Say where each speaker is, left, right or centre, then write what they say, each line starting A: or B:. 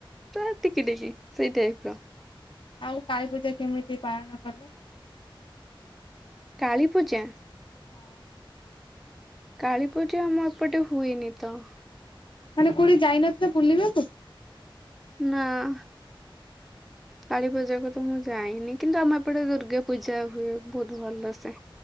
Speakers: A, in the centre; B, on the left.
A: ପୁରା ଟିକି ଟିକି ସେଇ ଟାଇପ ର
B: ଆଉ କାଳୀ ପୂଜା କେମିତି ପାଳନ କଲ?
A: କାଳୀପୂଜା!
B: ହଁ।
A: କାଳୀ ପୂଜା ଆମ ଏପଟେ ହୁଏନି ତ।
B: ମାନେ କୋଉଠି ଯାଇନଥିଲ ବୁଲିବାକୁ?
A: ନାଁ। କାଳୀ ପୂଜାକୁ ତ ମୁଁ ଯାଇନି କିନ୍ତୁ ଆମ ଏପଟେ ଦୁର୍ଗା ପୂଜା ହୁଏ ବୋହୁତ ଭଲସେ।